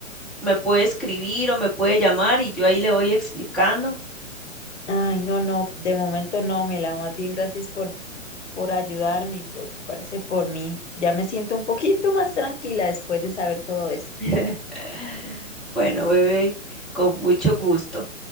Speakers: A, in the centre; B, on the left.
A: me puede escribir o me puede llamar y yo ahí le voy explicando.
B: ay, no, no, de momento no, Mela, más bien gracias por por ayudarme y preocuparse por mí. Ya me siento un poquito más tranquila después de saber todo esto.
A: <laughs> Bueno, bebé, con mucho gusto.